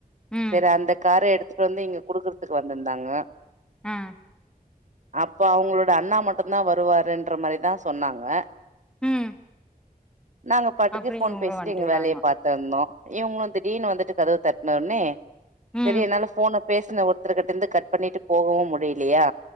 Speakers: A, in the centre; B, on the right (about 50°).
A: ம்
B: சரி அந்த கார எடுத்துட்டு வந்து இங்க குடுக்குறதுக்கு வந்திருந்தாங்கோ
A: ம்
B: அப்ப அவங்களோட அண்ணா மட்டுந்தா வருவாருன்ற மாரிதா சொன்னாங்க
A: ம்
B: நாங்க பாட்டுக்கு
A: அப்றோ
B: ஃபோன்
A: இவங்களு
B: பேசிட்டு
A: வந்ட்டுக்கறாங்கோ
B: எங்க வேலைய பாத்துருந்தோ இவங்களு திடீனு வந்துட்டு கதவு தட்ன ஒன்னே
A: ம்
B: சரி என்னால ஃபோன பேசுன ஒருத்தர்க் கிட்டருந்து கட் பண்ணிட்டு போகவு முடியலையா